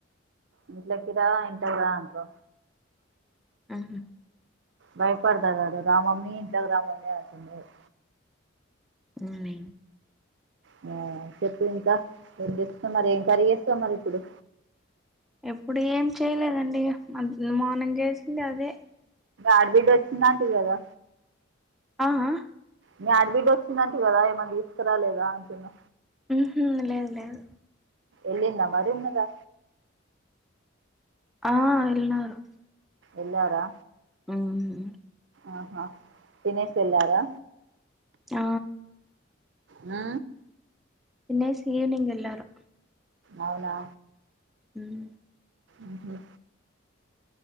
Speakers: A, on the right; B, in the centre.
A: ఇంట్లోకి రా ఇంట్లోకి రా అంటు
B: ఆహా
A: భయపడుతున్నాడు రా మమ్మీ ఇంట్లోకి రా మమ్మీ అంటున్నాడు
B: హ్మ్
A: హ్మ్ చెప్పు ఇంకా ఏం చేస్తున్నారు ఏం కర్రీ చేస్తావు మరి ఇప్పుడు
B: ఇప్పుడు ఏం చేయలేదండి మన మార్నింగ్ చేసిందే అదే
A: ఆడబిడ్డ వచ్చింది అంటివి కదా
B: ఆ ఆ
A: మీ ఆడబిడ్డ వచ్చిందంటివి కదా ఏమన్నా తీసుకురాలేదా అంటున్నా
B: ఉహు లేదు లేదు
A: ఎల్లింద మరి ఉన్నదా
B: ఆ వెళ్ళినారు
A: ఎల్లారా
B: హ్మ్
A: ఆహా తినేసి వెళ్లారా
B: ఆ
A: ఆ
B: తినేసి ఈవినింగ్ వెళ్లారు
A: అవునా
B: హ్మ్
A: ఆహా